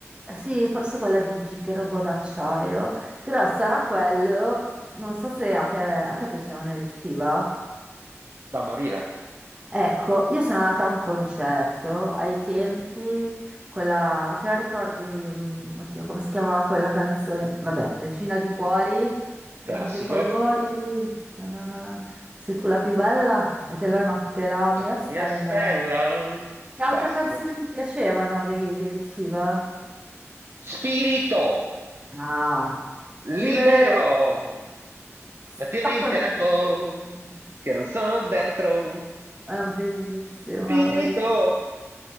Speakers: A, on the right; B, on the right.
A: sì, forse quella di Gigabo d'acciaio, però sarà quello, non so se a te, a te piacevano i Lit Fiba.
B: da morire,
A: Ecco, io sono andata a un concerto ai tempi, quella, te la ricordi? mm, Oddio, come si chiamava quella canzone? Vabbè, Regina di Cuori,
B: classico.
A: dei mille colori, no, no, no, no. Sei tu la più bella e della notte la
B: La
A: mia stella.
B: mia stella,
A: Che altre
B: classico.
A: canzoni ti piacevano dei, dei Litfiba?
B: Spirito
A: Ah, libero,
B: libero,
A: sto
B: trattieni il
A: contento.
B: tempo che non sono dentro.
A: È bellissima,
B: Spirito
A: bell-